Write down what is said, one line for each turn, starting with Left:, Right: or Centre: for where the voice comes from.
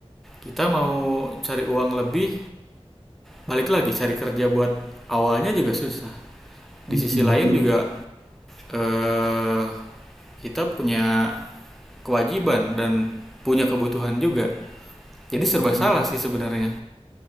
Centre: Kita mau cari uang lebih, balik lagi cari kerja buat awalnya juga susah. Di
Right: Mm-mm,
Centre: sisi lain
Right: Jadi
Centre: juga
Right: kayak,
Centre: eh, kita punya kewajiban dan punya kebutuhan juga. Jadi serba
Right: kayak,
Centre: salah sih sebenarnya.